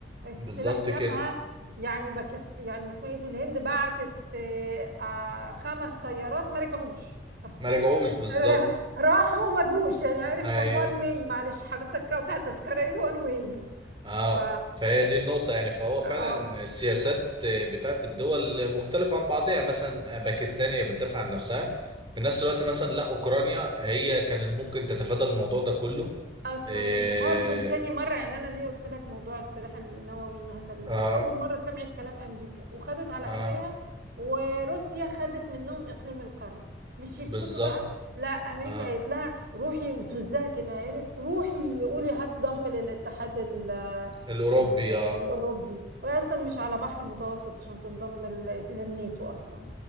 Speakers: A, on the right (about 60°); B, on the right (about 25°).
A: السلاح
B: بالظبط
A: جابها
B: كده
A: يعني باكست يعني اسمها ايه دي الهند بعتت آه، آه، خمس طيارات ما رجعوش
B: ما رجعوش
A: <laughs>
B: بالظبط
A: را- راحوا وما جوش يعني عارف
B: ايوه
A: كان وان واي معلش حضرتك قاطع تذكرة ايه وان واي
B: اه
A: ف
B: فهي دي النقطة يعني فهو فعلا
A: اه
B: السياسات بتاعت الدول مختلفة عن بعضها يعني مثلا باكستان هي بتدافع عن نفسها في نفس الوقت مثلا لا أوكرانيا هي كان ممكن تتفادى الموضوع ده كله
A: اصلا
B: إيه
A: لان برضو لتاني مره يعني انا ليه قلت لك موضوع السلاح النووي انها سلمته
B: اه
A: اول مره سمعت كلام امريكا وخدت على
B: اه
A: قفاها وروسيا خدت منهم اقليم القرن مش يسكتوا
B: بالظبط
A: بقى لا امريكا
B: اه
A: قالت لها روحي وتوزها كده عارف روحي قولي هتضم للاتحاد ال
B: الأوروبي
A: ال الاوروبي
B: اه
A: وهي اصلا مش على بحر متوسط عشان تنضم لل- للناتو اصلا